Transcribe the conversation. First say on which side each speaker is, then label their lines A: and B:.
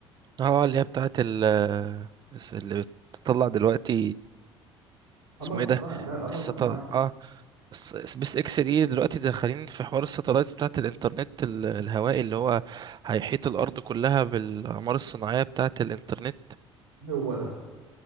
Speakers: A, on the right (about 30°); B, on the right (about 80°).
A: اه اللي هي بتاعت ال آه، اللي بتطلع دلوقتي
B: قمر
A: اسمه ايه
B: صناعي
A: ده
B: لا القمر
A: الستار
B: الصناعي
A: اه الس- سبيس اكس دي دلوقتي داخلين في حوار الستلايتس بتاعت الانترنت ال- الهوائي اللي هو هيحيط الارض كلها بالاقمار الصناعيه بتاعت الانترنت
B: إيه هو ده